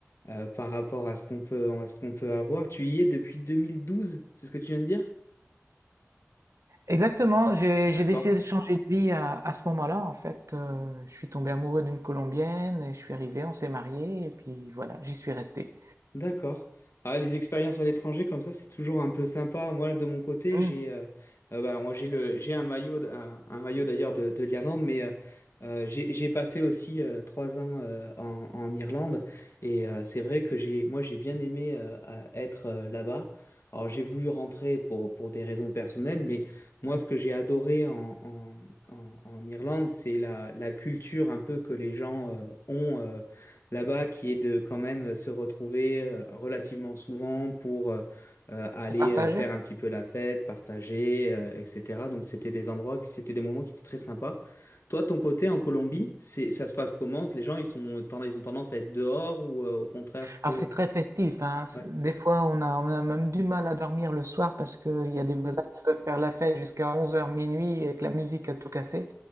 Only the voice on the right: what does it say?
Exactement, j'ai
j'ai décidé de changer de vie à, à ce moment-là. En fait, euh, je suis tombé amoureux d'une Colombienne, et je suis arrivé, on s'est mariés, et puis voilà, j'y suis resté.
Hum,
ouais.
Pour partager?
Alors c'est très festif, hein. C'est-
Des fois, on a, on a même du mal à dormir le soir parce qu'il y a des voisins qui peuvent faire la fête jusqu'à onze heures minuit et que la musique a tout cassé.